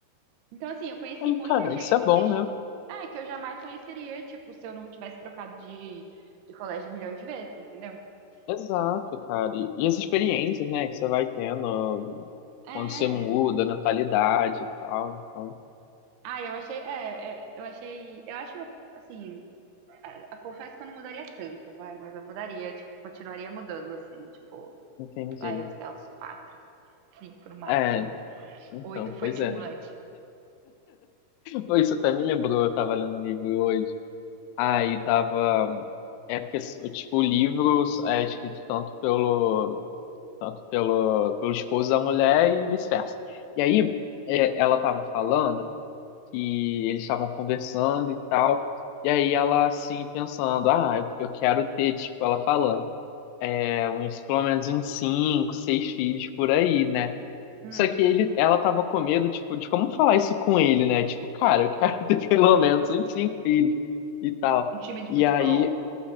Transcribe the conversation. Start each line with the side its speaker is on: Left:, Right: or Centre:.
Right: Então, assim, eu conheci
Left: Aí,
Right: muita
Left: cara,
Right: gente
Left: isso é bom,
Right: que,
Left: né?
Right: é, que eu jamais conheceria, tipo, se eu não tivesse trocado de, de colégio milhões de vezes, entendeu?
Left: Exato,
Right: Tudo.
Left: cara. E, e as experiências, né, que você vai tendo ó,
Right: É.
Left: quando você muda,
Right: é.
Left: a mentalidade e tal. Então,
Right: Ah, eu achei. É, é, eu achei. Eu acho, assim, eu confesso que eu não mudaria tanto, vai, mas eu mudaria, tipo, continuaria mudando, assim, tipo,
Left: entendi.
Right: vai, eu até uns quatro, cinco no máximo.
Left: É, então,
Right: Oito foi
Left: pois
Right: too
Left: é.
Right: much.
Left: Pô, Isso até me lembrou, eu tava lendo um livro hoje. Aí tava. É porque, tipo, o livro é escrito tanto pelo, tanto pelo, pelo esposo da mulher e vice-versa. E aí, é, ela tava falando que eles estavam conversando e tal. E aí ela, assim, pensando, ah, eu eu quero ter, tipo, ela falando. uns, pelo menos uns cinco, seis filhos por aí, né?
Right: Hum.
Left: Só que ele, ela tava com medo, tipo, de como falar isso com ele, né? Tipo, cara, eu quero <laughs> ter pelo menos uns cinco filhos e tal.
Right: Um time de
Left: E
Right: futebol.
Left: aí,